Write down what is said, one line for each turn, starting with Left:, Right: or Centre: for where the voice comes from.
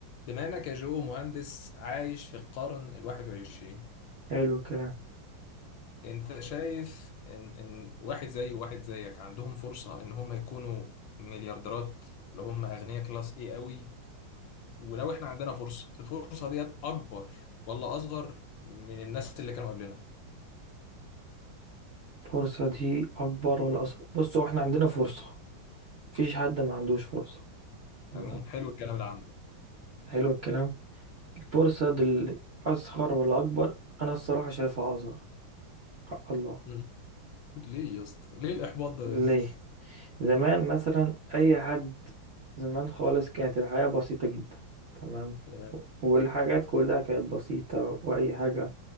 Left: بما انك يا جو مهندس عايش في القرن الواحد والعشرين
Right: حلو الكلام
Left: انت شايف ان ان واحد زي وواحد زيك عندهم فرصة ان هم يكونوا مليارديرات لو هم اغنياء كلاس ايه قوي ولو احنا عندنا فرصة الفرصة ديت اكبر ولا اصغر من الناس اللي كانوا قبلنا
Right: الفرصة دي أكبر ولا أصغر بص هو احنا عندنا فرصة مفيش حد ما عندوش فرصة تمام
Left: امين حلو الكلام اللي عندك
Right: حلو الكلام الفرصة دي أصغر ولا أكبر أنا الصراحة شايفها أصغر حق الله
Left: مم. ليه يا اسطى ليه الاحباط ده
Right: ليه
Left: بس
Right: زمان مثلا أي حد زمان خالص كانت الحياة بسيطة جدا تمام
Left: تمام
Right: والحاجات كلها كانت بسيطة وأي حاجة